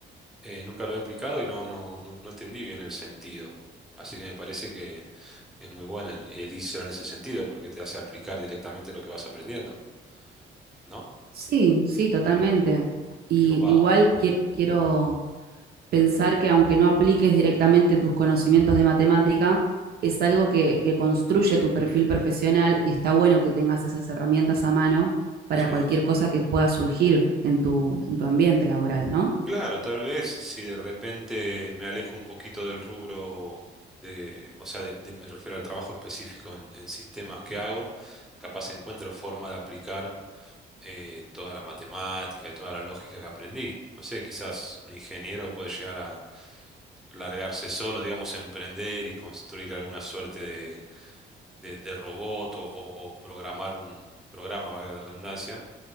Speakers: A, in the centre; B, on the right.
A: eh, nunca lo he aplicado y no, no, no, no entendí bien el sentido. Así que me parece que es muy buena el, el ISRA en ese sentido, porque te hace aplicar directamente lo que vas aprendiendo, ¿no?
B: Sí, sí, totalmente. Y
A: Qué copado.
B: igual qui- quiero pensar que aunque no apliques directamente tus conocimientos de matemática, es algo que, que construye tu perfil profesional y está bueno que tengas esas herramientas a mano para
A: Sí.
B: cualquier cosa que pueda surgir en tu, en tu ambiente laboral, ¿no?
A: Claro, tal vez si de repente me alejo un poquito del rubro de, o sea, del- de- me refiero al trabajo específico en, en sistemas que hago, capaz encuentro forma de aplicar eh, toda la matemática y toda la lógica que aprendí. No sé, quizás un ingeniero puede llegar a largarse solo, digamos, emprender y construir alguna suerte de, de, de robot o, o- o programar un programa, valga la redundancia